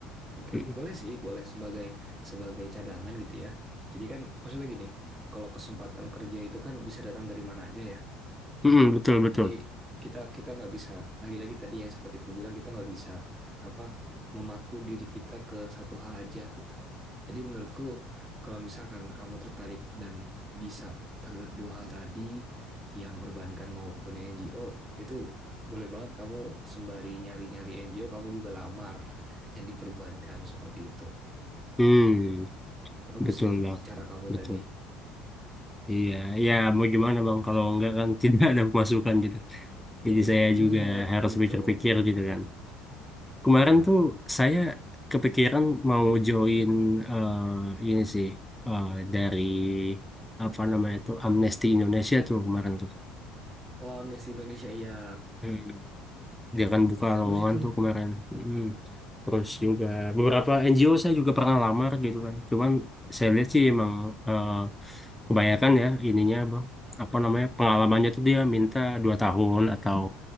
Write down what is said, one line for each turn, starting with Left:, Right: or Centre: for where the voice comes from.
Right: oke,
Centre: Mm-mm.
Right: boleh sih, boleh sebagai sebagai cadangan gitu ya. Jadi kan maksudnya gini, kalau kesempatan kerja itu kan bisa datang dari mana aja ya. gitu.
Centre: Mm-mm, betul betul.
Right: Jadi kita kita nggak bisa lagi-lagi tadi yang seperti aku bilang kita nggak bisa apa memaku diri kita ke satu hal aja gitu. Jadi menurutku kalau misalkan kamu tertarik dan bisa terhadap dua hal tadi yang perbankan maupun yang NGO itu boleh banget kamu sembari nyari-nyari NGO kamu juga lamar yang diperbankan seperti itu.
Centre: Hmm,
Right: Bagus
Centre: betul
Right: sih
Centre: bang.
Right: cara kamu
Centre: Betul.
Right: tadi.
Centre: Iya, ya mau gimana bang kalau enggak kan <laughs> tidak ada pemasukan gitu. Jadi saya
Right: Bener
Centre: juga harus
Right: gitu.
Centre: pikir-pikir gitu kan. Kemarin
Right: Iya.
Centre: tuh saya kepikiran mau join eh, ini sih eh, dari apa namanya tuh Amnesty Indonesia tuh kemarin
Right: Oh Amnesty Indonesia iya.
Centre: tuh. dia kan buka
Right: Bagus
Centre: lowongan
Right: itu.
Centre: tuh kemarin Mm. terus juga beberapa NGO saya juga pernah lamar gitu kan cuman saya lihat sih emang eh, kebanyakan ya ininya bang apa namanya pengalamannya tuh dia minta dua tahun atau